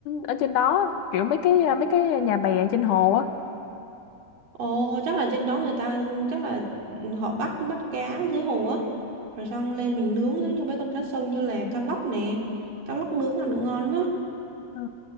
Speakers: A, on the left; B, on the right.
A: ở trên đó kiểu mấy cái ờ, mấy cái nhà bè trên hồ á
B: Ồ, chắc là trên đó người ta chắc là ừ, họ bắt bắt cá dưới hồ á. Rồi xong lên mình nướng giống như mấy con cá sông như là cá lóc nè. Cá lóc nướng ăn cũng ngon lắm á.
A: Ừ.